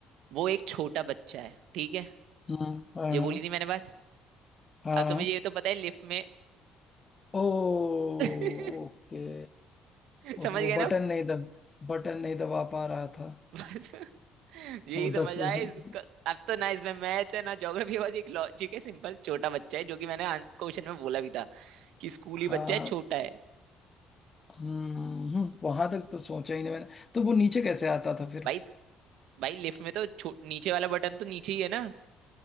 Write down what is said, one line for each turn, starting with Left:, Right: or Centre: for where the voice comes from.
Right: वो एक छोटा बच्चा है ठीक है
Left: हम्म, हाँ
Right: ये बोली थी मैंने बात
Left: हाँ
Right: अब
Left: हाँ
Right: तुम्हें ये तो पता है लिफ्ट में
Left: ओ ओके
Right: <laughs> समझ
Left: उस वो
Right: गए
Left: बटन
Right: ना
Left: नहीं दब बटन नहीं दबा पा रहा था
Right: बस <laughs> यही
Left: वो
Right: तो
Left: दस
Right: मजा
Left: परसेंट।
Right: है इसका अब तो ना इसमें मैथ्स है ना ज्योग्राफी बस एक लॉजिक है सिंपल छोटा बच्चा है जो कि मैंने क्वेश्चन में बोला भी था कि स्कूली
Left: हाँ
Right: बच्चा है छोटा है
Left: हम्म वहां तक तो सोचा ही नहीं मैंने तो वो नीचे कैसे आता था फिर
Right: भाई भाई लिफ्ट में तो छो- नीचे वाला बटन तो नीचे ही है ना